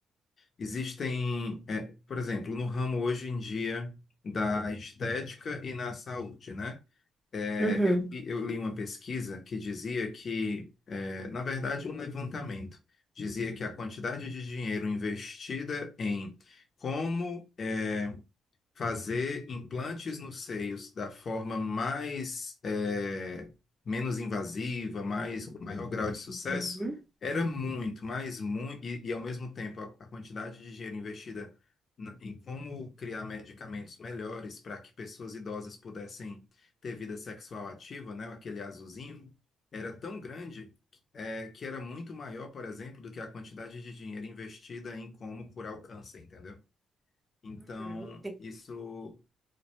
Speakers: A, on the left; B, in the centre.
A: Existem, é, por exemplo, no ramo hoje em dia da estética e na saúde, né? É,
B: Uhum.
A: eu,
B: Uhum.
A: eu li uma pesquisa que dizia que, é, na verdade, um levantamento dizia que a quantidade de dinheiro investida em como é, fazer implantes nos seios da forma mais eh, menos invasiva, mais com maior grau de sucesso,
B: Uhum.
A: era muito, mas muito e, e, ao mesmo tempo a, a quantidade de dinheiro investida n- em como criar medicamentos melhores para que pessoas idosas pudessem ter vida sexual ativa, né, aquele azulzinho, era tão grande eh, que era muito maior, por exemplo, do que a quantidade de dinheiro investida em como curar o câncer, entendeu? Então,
B: Uhum. Entendi.
A: isso